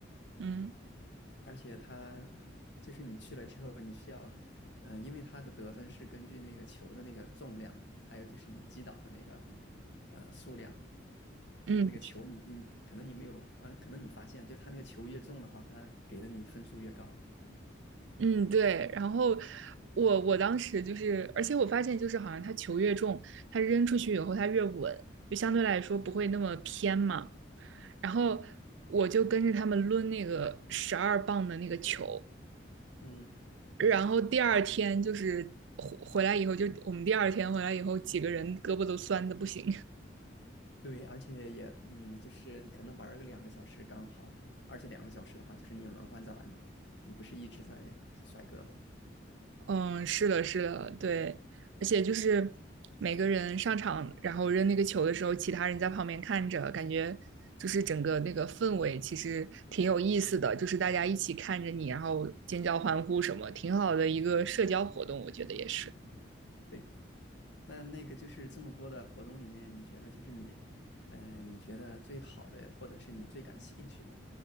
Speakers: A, on the right; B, on the left.
A: 嗯
B: 而且它还就是你去了之后，你需要，呃，因为它的得分是根据那个球的那个重量，还有就是你击倒的那个，呃，数量，
A: 嗯
B: 就是那个球你你可能你没有，呃，可能你发现就是它那个球越重的话，它给的你分数越高。
A: 嗯，对。然后我我当时就是，而且我发现就是好像他球越重，他扔出去以后他越稳，就相对来说不会那么偏嘛。然后我就跟着他们抡那个十二磅的那个球。
B: 嗯，
A: 然后第二天就是回回来以后，就我们第二天回来以后，几个人胳膊都酸的不行。
B: 对，而且也嗯，就是你可能玩儿个两个小时刚好，而且两个小时的话，就是你轮换着来嘛，你不是一直在甩胳膊。
A: 嗯，是的，是的，对，而且就是每个人上场，然后扔那个球的时候，其他人在旁边看着，感觉就是整个那个氛围其实挺有意思的，就是大家一起看着你，然后尖叫欢呼什么，挺好的一个社交活动，我觉得也是。
B: 嗯，对的。那那个就是这么多的活动里面，你觉得就是你，呃，你觉得最好的，或者是你最感兴趣的，